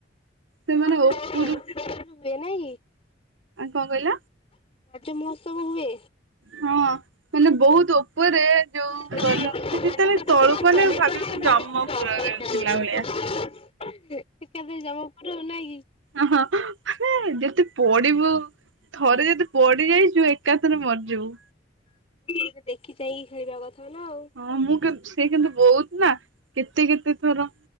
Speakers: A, on the right; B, on the left.
A: ସେମାନେ
B: ତମର
A: ଓପରୁ।
B: ସିଆଡେ ରଜ ମହୋତ୍ସବ ହୁଏ ନାଇ,
A: କହିଲ
B: ରଜ ମହୋତ୍ସବ ହୁଏ।
A: ହଁ ମାନେ ବହୁତ ଉପରେ ଯୋଉ
B: ଏକାଥରେ
A: ଗଲା ମାନେ ଯେତେବେଳେ ତଳୁକୁ ଅନେଇବୁ ଭାବିବୁ ଜମପୁରରେ ଥିଲା ଭଳିଆ।
B: ଦେଖିକି ଆସିଛ ଜମପୁର ଆଉ ନାଇଁ କି।
A: ଓହୋ। ସେ ଯଦି ପଡିବୁ ଥରେ ଯଦି ପଡି ଯାଇଛିବୁ ଏକାଥରେ ମରିଯିବୁ।
B: ଟିକେ ଦେଖି ଚାହିଁକି ଖେଳିବା କଥା ନା ଆଉ।
A: ହଁ ମୁଁ କିନ୍ତୁ ସେ କିନ୍ତୁ ବହୁତ ନା କେତେ କେତେ ଥର।